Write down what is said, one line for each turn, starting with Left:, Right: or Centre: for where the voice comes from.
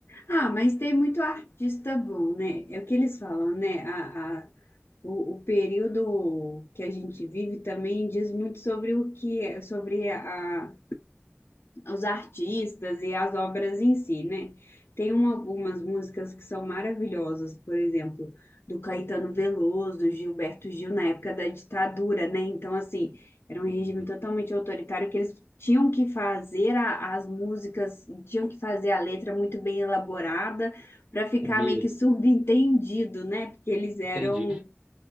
Left: Ah, mas tem muito artista bom, né? É o que eles falam, né? A, a, o, o período que a gente vive também diz muito sobre o que é, sobre a, os artistas e as obras em si, né? Tem um- algumas músicas que são maravilhosas, por exemplo, do Caetano Veloso, do Gilberto Gil, na época da ditadura, né? Então, assim, era
Right: Uhum.
Left: um regime totalmente autoritário que eles tinham que fazer a- as músicas, tinham que fazer a letra muito bem elaborada para ficar
Right: O medo.
Left: meio que subentendido, né? Porque eles eram.
Right: Entendi.